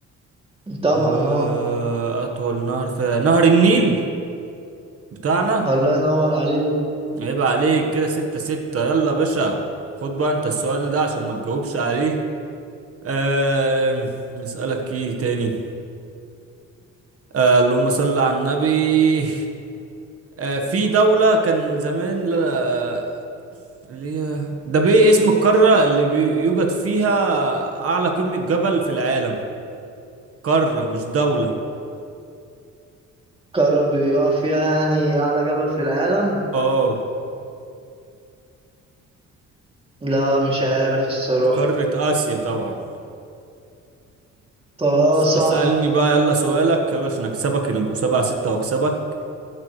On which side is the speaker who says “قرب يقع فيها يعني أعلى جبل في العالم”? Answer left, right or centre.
Right